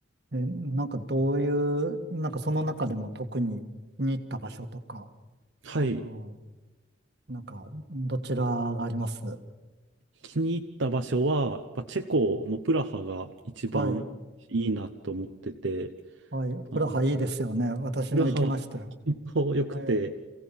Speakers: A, on the right (about 55°); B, on the right (about 75°).
A: い。え、なんかどういう、なんかその中でも特に気に入った場所とか、
B: はい。
A: あの、なんかどちらがあります
B: 気に入った場所は、やっぱチェコのプラハが一番いいなと思ってて、
A: はい、はい。
B: あの
A: プラハいいですよね。私も行きましたよ。
B: プラハは本当良くて、
A: はい。